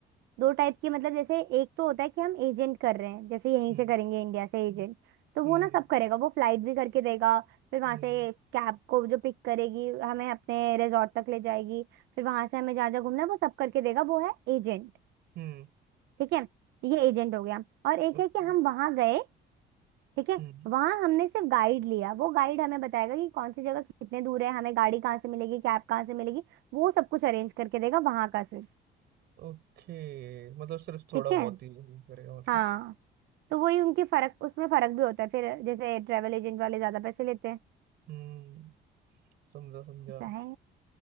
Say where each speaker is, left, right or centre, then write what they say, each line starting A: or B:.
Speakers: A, on the right; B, on the right.
A: दो टाइप के मतलब जैसे एक तो होता है कि हम एजेंट कर रहे हैं जैसे यहीं
B: हम्म
A: से करेंगे इंडिया से
B: हम्म
A: एजेंट तो
B: हम्म
A: वो ना सब करेगा वो फ्लाइट भी करके देगा फिर वहां
B: हम्म
A: से कैब को जो पिक करेगी हमें अपने रिजॉर्ट तक ले जाएगी फिर वहां से हमें जहाँ जहाँ घूमना है वो सब करके देगा वो है एजेंट
B: हम्म,
A: ठीक है ये एजेंट हो गया और एक
B: ओके
A: है कि हम वहां गए ठीक है
B: हम्म
A: वहां हमने सिर्फ गाइड लिया वो गाइड हमें बताएगा कि कौन सी जगह कितने दूर है हमें गाड़ी कहाँ से मिलेगी कैब कहाँ से मिलेगी वो सब कुछ अरेंज करके देगा वहां का सिर्फ
B: ओके मतलब सिर्फ थोड़ा
A: ठीक
B: बहुत
A: है
B: ही करेगा मतलब
A: हाँ तो वही उनके फर्क उसमें फर्क भी होता है फिर जैसे ट्रेवल एजेंट वाले ज्यादा पैसे लेते हैं
B: हम्म समझा समझा
A: ऐसा है